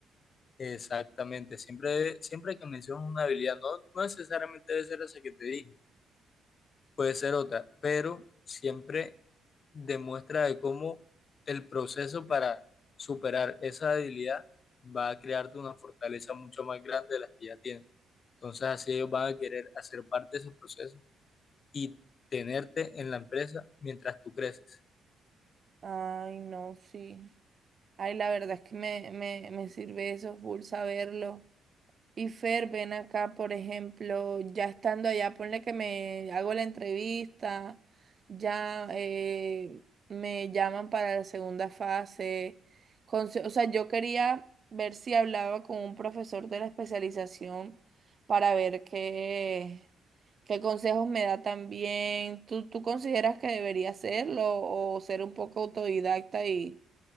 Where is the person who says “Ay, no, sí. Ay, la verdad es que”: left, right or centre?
Right